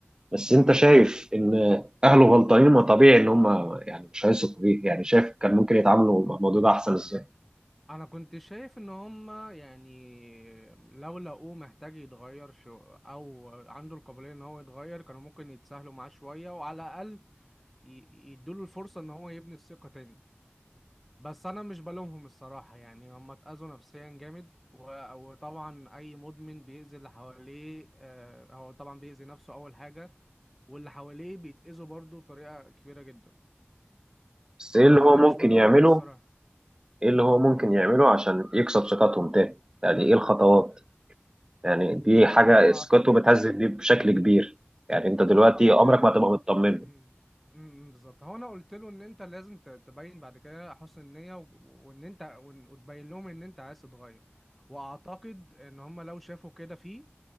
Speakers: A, on the right; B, in the centre.
A: بس أنت
B: امم
A: شايف إن أهله غلطانين ما طبيعي إن هم يعني مش هيثقوا فيه يعني شايف كان ممكن يتعاملوا مع الموضوع ده أحسن إزاي
B: انا كنت شايف ان هما يعني لو لقوه محتاج يتغير شو او عنده القابليه ان هو يتغير كانوا ممكن يتساهلوا معاه شويه وعلى الاقل ي- يدوله الفرصه ان هو يبني الثقه تاني بس انا مش بلومهم الصراحه يعني هما اتاذوا نفسيا جامد و- وطبعا اي مدمن بيأذي اللي حواليه آه، هو طبعا بيأذي نفسه اول حاجه واللي حواليه بيتأذوا برضه بطريقه كبيره جدا
A: بس
B: فانا
A: إيه اللي هو ممكن
B: مش بلومهم
A: يعمله
B: الصراحه
A: ايه اللي هو ممكن
B: مم.
A: يعمله عشان يكسب ثقتهم تاني يعني ايه الخطوات يعني دي
B: هو
A: حاجة
B: هو
A: ثقته
B: اعتقد
A: بتهزز دي بشكل كبير يعني انت
B: هو
A: دلوقتي
B: انا قلت
A: عمرك
B: له
A: ما هتبقى مطمن
B: امم امم بالظبط هو انا قلت له ان انت لازم ت- تبين بعد كده حسن النيه و- وان انت وإن- وتبين لهم ان انت عايز تتغير واعتقد ان هم لو شافوا كده فيه